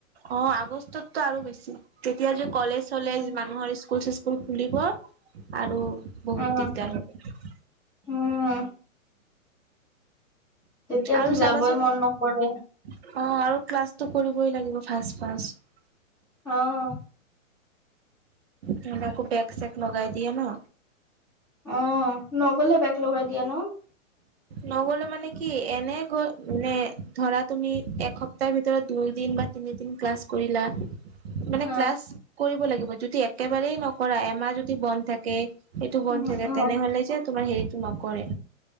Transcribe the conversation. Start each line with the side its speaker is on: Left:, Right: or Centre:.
Right: অ', আগষ্টতটো আৰু বেছি তেতিয়া যে কলেজ চলেজ,
Centre: উম
Right: মানুহৰ স্কুল চ স্কুল খুলিব আৰু বহুত
Centre: উম
Right: দিগদাৰ হ'ব।
Centre: উম। তেতিয়াতো
Right: আৰু
Centre: যাবই
Right: চাবাচোন
Centre: মন নকৰে।
Right: অ', আৰু ক্লাছটো কৰিবই লাগিব ফাৰ্ষ্ট ফাষ্ট।
Centre: অ'।
Right: নহ'লে আকৌ বেক চেক লগাই দিয়ে ন'।
Centre: অ', নগ'লে বেগ লগাই দিয়ে ন'।
Right: নগ'লে মানে কি এনে গৈ নে ধৰা তুমি এসপ্তাহৰ ভিতৰত দুই দিন তিনিদিন ক্লাছ কৰিলা। মানে
Centre: অ
Right: ক্লাছ কৰিব লাগিব, যদি একেবাৰেই নকৰা এমাহ যদি বন্ধ থাকে এইটো বন্ধ
Centre: উম
Right: থাকে,
Centre: অ
Right: তেনেহ'লে যে তোমাৰ হেৰিটো নকৰে।